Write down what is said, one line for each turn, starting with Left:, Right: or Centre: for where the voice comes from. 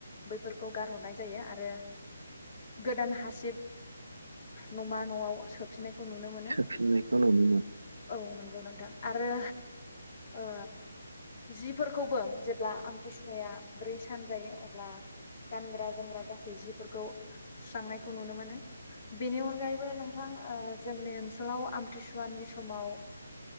Left: बैफोरखौ गारहरनाय जायो आरो गोदान हासिब नमा न'आव सोफिननाय खौ नुनो मोनो
Right: सोफिननायखौ नुनो मोनो
Left: औ। नोंथां आरो ओ जिफोरखौबो जेब्ला आमथिसुवाया ब्रै सान जायो अब्ला गानग्रा जोमग्रा गासै जिफोरखौ सुस्रांनायखौ नुनो मोनो बेनि अनगायैबो नोंथां जोंनि ओनसोलाव आमथिसुवानि समाव